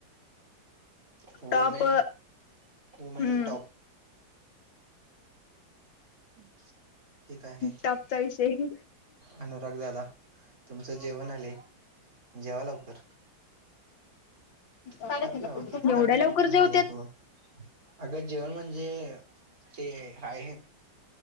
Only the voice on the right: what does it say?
हूमेन
हूमेन
टॉप. <unintelligible> हे काय आहे?
अनुराग दादा तुमचं जेवण आले, जेवा लवकर,
खा की बाबा किती नाटक
करतोस
मर्दा तू अगं जेवण म्हणजे ते आहे